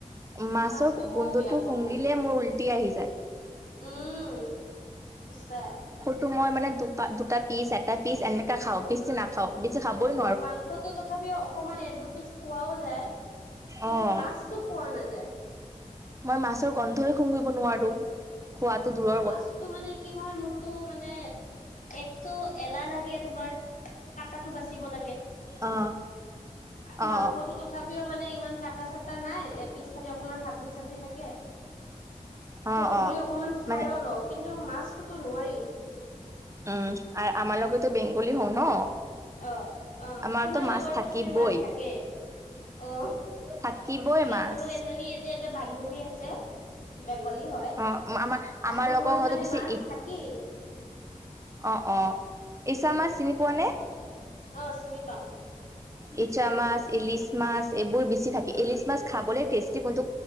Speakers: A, on the right; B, on the left.
A: মাছৰ
B: মাছতো মইও
A: গোন্ধটো
B: বেয়া পাওঁ
A: শুঙিলে
B: বহুত
A: মোৰ উলটি আহি যায়। <inaudible>
B: উম! সঁচাই। <inaudible>
A: টো মই মানে দু <inaudible> দুটা পিচ, এটা পিচ এনেকা খাওঁ, বেছি নাখাওঁ। বেছি খাবই <inaudible>
B: মাংসতো তথাপিও অকমান এ দু পিচ খোৱাও যায় কিন্তু
A: অ',
B: মাছ <inaudible> তো খোৱা নাযায়। <inaudible>
A: মই মাছৰ গন্ধই শুঙিব নোৱাৰোঁ। <inaudible> খোৱাটো দূৰত <inaudible>
B: মাছটো মানে কি হয় মোৰ টো মানে একটো এলাহ লাগে তোমাৰ কটাটাটো বাচিব লাগে
A: অ',
B: আৰু
A: অ',
B: মাংসটো তথাপিও মানে ইমান কাটা চাটা নাই এপিছ খালি অকমান হাদ্দি চালদি থাকে
A: অ',
B: ত বুলি
A: অ'।
B: অকমান খাইও
A: মানে
B: লও কিন্তু মাছটোতো নোৱাৰি
A: আৰু আমাৰ লগেতো বেংগলী হওঁ ন
B: অ অ
A: আমাৰতো
B: তোমালোকৰ
A: মাছ
B: ঘৰতো
A: থাকিবই।
B: চাগে মাছ থাকে অ
A: থাকিবই
B: এ
A: মাছ
B: মোৰো এজনী ইয়াতে এটা বান্ধৱী আছে বেংগলী হয়
A: অ', আমাৰ আমাৰ
B: তাইৰ
A: লগৰ
B: ঘৰত
A: ঘৰতো
B: মানে
A: বেছি
B: মাছ থাকেই
A: অঁ অঁ ই ইচা মাছ চিনি পোৱা নে
B: অ চিনি পাওঁ
A: ইচ মাছ ইলিছ মাছ এইবোৰ বেছি থাকে
B: উম,
A: ইলিছ মাছ খাবলৈ
B: উম,
A: টেষ্টি কিন্তু